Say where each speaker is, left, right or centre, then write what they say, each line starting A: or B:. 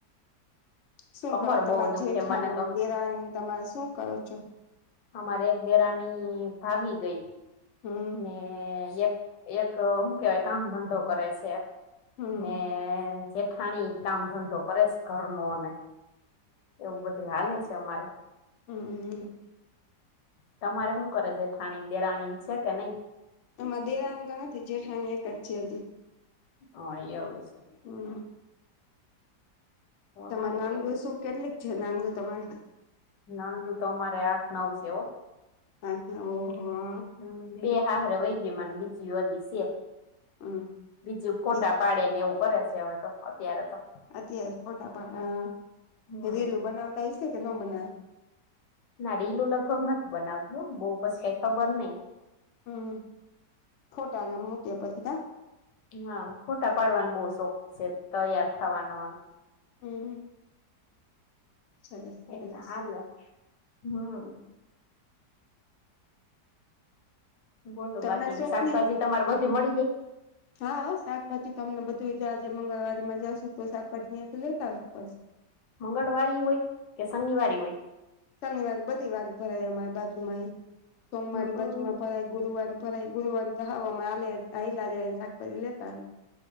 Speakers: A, on the left; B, on the left.
A: શું
B: કમર
A: કરો તમાર
B: બહુ દુખે
A: જેઠાણી,
B: મને તો
A: દેરાણી તમાર શું કરો છો?
B: અમારે એક દેરાણી ભાગી ગઈ.
A: હમ્મ.
B: ને યેક, એક હું કેવાય કામ ધંધો કરેસે
A: હમ
B: ને જેઠાણી કામ ધંધો કરેસ ઘરનો ને બધી હાલે સે અમારે.
A: અ હમ.
B: તમારે હુ કરે, જેઠાણી, દેરાણી છે કે નય?
A: અમાર દેરાની તો નથી જેઠાણી એક જ છે અજી.
B: હ, એવું સે.
A: હમ તમાર
B: સારું
A: નણંદો
B: કેવાય
A: શું કેટલીક છે, નણંદો તમાર?
B: નણંદો તો અમારે આઠ, નવ સે હો.
A: આઠ, નવ ઓ હો અ.
B: હમ, બે હાહરે વઈ ગઈ મને બીજીઓ અજિ સે.
A: હમ
B: બીજીઓ ફોટા
A: બીજ
B: પાડે ને એવું કરે સે અવે તો, અત્યારે તો.
A: અત્યારે જ ફોટા પાળા આ,
B: હમ
A: રીલો બનાવતા હશે સે કે નો બનાવે?
B: ના રીલો લગભગ નથ બનાવતી હો બઉપસ કાય ખબર નઈ.
A: હમ્મ, ફોટાને મૂકે પસી કા?
B: ઈ આ ફોટા પાડવાનો બો શોખ છે, તૈયાર થવાનો
A: હમ સરસ સરસ
B: એટલે હાલ્ય હમ્મ. બોલો
A: તમને
B: બાકી એમ
A: શોખ
B: શાકભાજી
A: નહી
B: તમારે બધી મળી ગય?
A: હા, અ શાકભાજી તો અમને બધું ઈ જે આજે મંગળવારીમાં જાશું તો શાકભાજી ન્યાથી લેતા આવશું બસ.
B: મંગળવારી હોય, કે શનિવારી હોય?
A: શનિવારી, બધી વારી ભરાય અમાર બાજુમાં ઈ સોમવારી
B: હમમ
A: બાજુમાં ભરાય, ગુરુવારી ભરાય ગુરુવારી તો હાવ અમાર આલે હાઈલા જાઈએ ને શાકભાજી લેતા આવિએ.